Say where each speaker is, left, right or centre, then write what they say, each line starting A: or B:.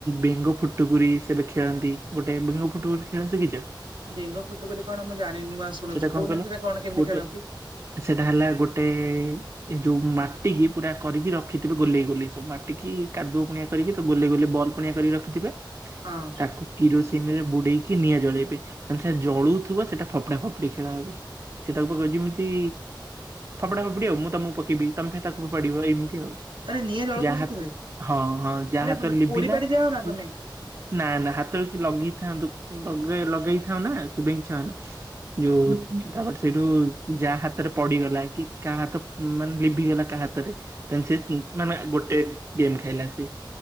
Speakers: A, on the right (about 35°); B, on the right (about 80°).
A: ବେଙ୍ଗ ଫୁଟୁକୁରି ସେବେ ଖେଳନ୍ତି ଗୋଟେ ବେଙ୍ଗ ଫୁଟୁକୁରି ଖେଳ ଶିଖିଛ?
B: ବେଙ୍ଗ ଫୁଟୁକୁରି କଣ ମୁଁ ଜାନିନି ନୂଆଁ ଶୁଣୁଚି
A: ସେଟା କଣ
B: କୋହୁନାହାନ୍ତି
A: କହିଲ
B: ସେ କଣ କେମିତି
A: ଗୋଟେ
B: ଖେଳନ୍ତି।
A: ସେଟା ହେଲା ଗୋଟେ ଏ ଯୋଉ ମାଟି କିି ପୁରା କରିକି ରଖିଥିବେ ଗୋଲେଇ ଗୋଲେଇ ସବୁ ମାଟି କିି କାଦୁଅ ପୁଣିଆ ଗୋଲେଇ ଗୁଲେଇ ବଲ୍ ପୁଣିଆ କରି ରଖିଥିବେ।
B: ହଁ।
A: ତାକୁ କିରୋସିନ ରେ ବୁଡେଇକି ନିଆଁ ଜଳେଇବେ। ମାନେ ସେଟା ଜଳୁଥିବ ସେଟା ଫପଡା ଫପଡି ଖେଳ ହଏ ସେ ତାଙ୍କ ପାଖ ଯେମିତି ଫପଡା ଫପଡି ଆଉ ମୁଁ ତମକୁ ପକେଇବି ତମେ ଫେ ତାକୁ ଫପାଡିବ ଏମିତି ଆଉ।
B: ଆରେ ନିଆଁ ଜଳୁଥିବ
A: ଯାହା
B: ସେଥିରେ
A: ହଁ ହଁ ଯାହା
B: ଆରେ ପୋ-
A: ତ ଲିଭିଲା
B: ପୋଡି ପାଡି ଯାଅ ନା
A: କି
B: ତମେ।
A: ନା ନା ହାତରେ ଲଗେଇଥାନ୍ତୁ ଲଗେଇଥାଉ ନା ସେ ଆ ଯୋଉ ତାପରେ ସେଇଠୁ ଯା ହାତରେ ପଡିଗଲା କି କାହା ହାତ ମାନେ ଲିଭିିଗଲା କା ହାତରେ ତାହାଲେ ସେ ମାନେ ଗୋଟେ ଗେମ୍ ଖାଇଲା ସେ